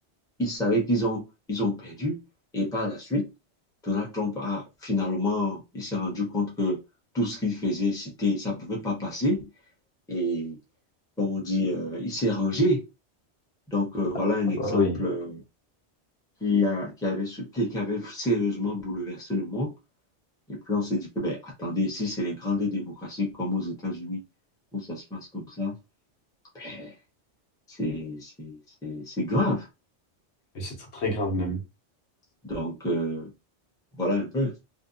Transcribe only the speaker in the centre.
Ils savaient qu'ils ont, ils ont perdu. Et par la suite, Donald Trump a finalement, il s'est rendu compte que tout ce qu'il faisait, c'était, ça ne pouvait pas passer. Et comme on dit, euh, il s'est rangé. Donc, euh, voilà
un exemple
euh, qui a, qui avait, qui qui avait sérieusement bouleversé le monde. Et puis on s'est dit que, ben, attendez, si c'est les grandes démocraties comme aux États-Unis, où ça se passe comme ça, ben, c'est c'est- c'est- c'est grave.
Donc, euh, voilà un peu.